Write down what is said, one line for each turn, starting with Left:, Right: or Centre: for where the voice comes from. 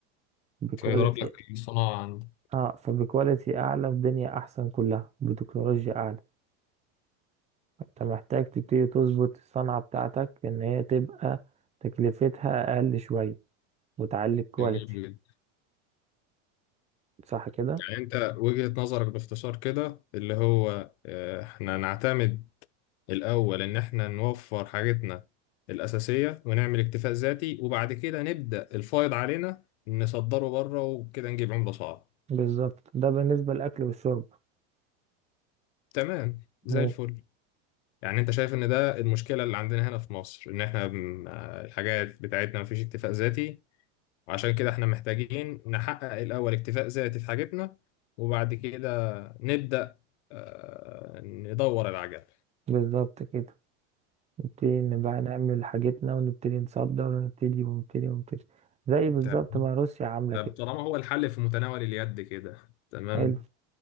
Right: بكواليتي
Left: تلاقي ضرب لك الصناعة عندك
Right: اه فبكواليتي اعلى في دنيا احسن كلها بتكنولوجيا اعلى انت محتاج تبتدي تظبط الصنعة بتاعتك ان هي تبقى تكلفتها اقل شوية وتعلي الكواليتي
Left: جميل جدا
Right: صح كده
Left: يعني انت وجهة نظرك باختصار كده اللي هو آه، احنا نعتمد الاول ان احنا نوفر حاجتنا الاساسية ونعمل اكتفاء ذاتي وبعد كده نبدأ الفائض علينا نصدره بره وكده نجيب عملة صعبة
Right: بالظبط ده بالنسبة للاكل والشرب
Left: تمام زي
Right: ماشي
Left: الفل يعني انت شايف ان ده المشكلة اللي عندنا هنا في مصر ان احنا م- آه، الحاجات بتاعتنا مفيش اكتفاء ذاتي وعشان كده احنا محتاجين نحقق الأول اكتفاء ذاتي في حاجتنا وبعد كده نبدأ آه، ندور العجل
Right: بالظبط كده نبتدي نبقى نعمل حاجتنا ونبتدي نصدر ونبتدي ونبتدي ونبتدي زي بالظبط
Left: طب
Right: ما روسيا عاملة
Left: طب
Right: كده
Left: طالما هو الحل في متناول اليد كده تمام
Right: حلو